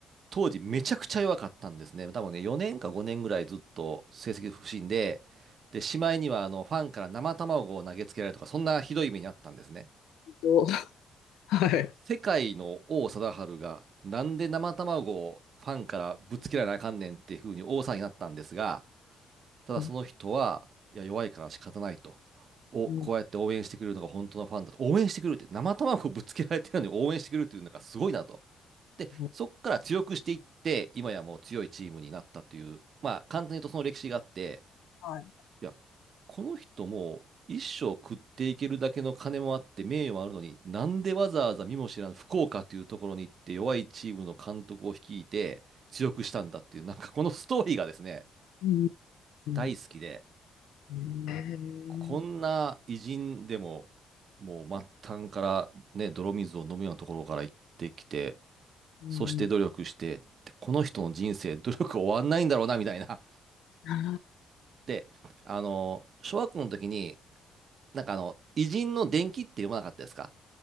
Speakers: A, on the right (about 55°); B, on the left (about 85°).
A: 当時めちゃくちゃ弱かったんですね。多分ね、4年か5年ぐらいずっと成績不振で、で、しまいにはあのファンから生卵を投げつけられるとか、そんなひどい目にあったんですね。
B: どう <laughs> はい。
A: あの世界の王貞治が、なんで生卵をファンからぶつけられなあかんねんっていう風に王さんになったんですが、ただその人は、
B: うん。
A: いや、弱いから仕方ないと。をこうやって応援してくれるのが本当のファンだと。
B: う
A: 応援してくれるって、生卵をぶつけられてるのに応援してくれるっていうのがすごいなと。で、
B: ん
A: そこから強くしていって、今やもう強いチームになったという、まあ、簡単に言うとその歴史があって、
B: はい。
A: いや、この人も一生食っていけるだけの金もあって、名誉もあるのに、なんでわざわざ見も知らぬ福岡というところに行って、弱いチームの監督を率いて、強くしたんだっていう、なんかこのストーリーがですね、
B: うん。うん
A: 大好きで、
B: えー
A: こんな偉人でも、もう末端からね、泥水を飲むようなところから行ってきて、
B: うん、
A: そして努力して、てこの人の人生、努力終わんないんだろうな、みたいな。
B: あ
A: <laughs> で、あの、小学校の時に、なんかあの、偉人の伝記って読まなかったですか